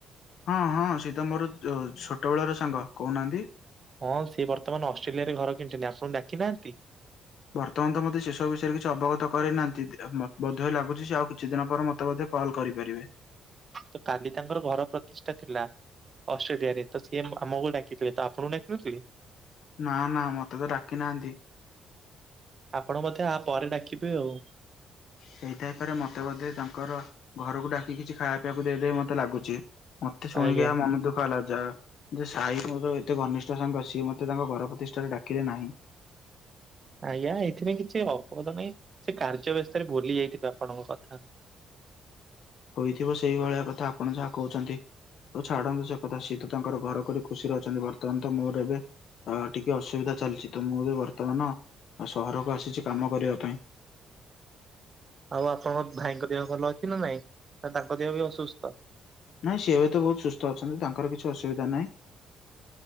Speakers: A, on the left; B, on the right.
A: ହଁ ହଁ ସିଏତ ମୋର ଛୋଟବେେଳ ର ସାଙ୍ଗ କହୁନାହାନ୍ତି।
B: ହଁ ସିଏ ବର୍ତ୍ତମାନ ଅଷ୍ଟ୍ରେଲିଆରେ ଘର କିଣିଛନ୍ତି ଆପଣଙ୍କୁ ଡାକିନାହାନ୍ତି।
A: ବର୍ତ୍ତମାନ ତ ମୋତେ ସେସବୁ ବିଷୟରେ କିଛି ଅବଗତ କରେଇନାହାନ୍ତି ବୋଧେ ଲାଗୁଛି ଆଉ କିଛି ଦିନ ପରେ ମ ତେ ମଧ୍ୟ କଲ୍ କରିପାରିବେ।
B: ତ କାଲି ତାଙ୍କର ଘର ପ୍ରତିଷ୍ଠା ଥିଲା। ଅଷ୍ଟ୍ରେଲିଆ ରେ ତ ସିଏ ଆମକୁ ଡାକିଥିଲେ ତ ଆପଣଙ୍କୁ ଡାକିନ ନଥିଲେ।
A: ନା ନା ମତେ ତ ଡାକି ନାହାନ୍ତି।
B: ଆପଣ ବୋଧେ ଆ ପରେ ଡାକିବେ ଆଉ।
A: ହେଇଥାଇପାରେ, ମତେ ବୋଧେ ତାଙ୍କର ଘରକୁ ଡାକି କିଛି ଖାଇବା ପିଇବାକୁ ଦେଇଦେବେ, ମତେ ଲାଗୁଛି। ମତେ ଶୁଣିକି
B: ଆଜ୍ଞା
A: ଆ ମନ ଦୁଃଖ ହେଲା, ଯା ଯେ ସାହି ମୋର ଏତେ ଘନିଷ୍ଠ ସାଙ୍ଗ ସିଏ, ମୋତେ ତାଙ୍କ ଘର ପ୍ରତିଷ୍ଠାରେ ଡାକିଲେ ନାହିଁ।
B: ଆଜ୍ଞା, ଏଥିପାଇଁ କିଛି ଅପଦ ନାହିଁ ସେ କାର୍ଯ୍ୟ ବ୍ୟସ୍ତରେ ଭୁଲି ଯାଇଥିବେ, ଆପଣଙ୍କ କଥା।
A: ହୋଇଥିବ ସେଇଭଳିଆ କଥା, ଆପଣ ଯାହା କହୁଛନ୍ତି। ହୋଉ ଛାଡ଼ନ୍ତୁ ସେ କଥା, ସିଏ ତ ତାଙ୍କର ଘର କରି ଖୁସିରେ ଅଛନ୍ତି, ବର୍ତ୍ତମାନ ତ ମୋର ଏବେ ଅ ଟିକେ ଅସୁବିଧା ଚାଲିଛି ତ, ମୁଁ ଯେ ବର୍ତ୍ତମାନ ସହରକୁ ଆସିଛି କାମ କରିବା ପାଇଁ।
B: ଆଉ ଆପଣଙ୍କ ଭାଇଙ୍କ ଦେହ ଭଲ ଅଛି ନା ନାଇଁ, ନା ତାଙ୍କ ଦେହ ବି ଅସୁସ୍ଥ।
A: ନାଇଁ ସିଏ ଏବେ ତ ବହୁତ ସୁସ୍ଥ ଅଛନ୍ତି, ତାଙ୍କର କିଛି ଅସୁବିଧା ନାହିଁ।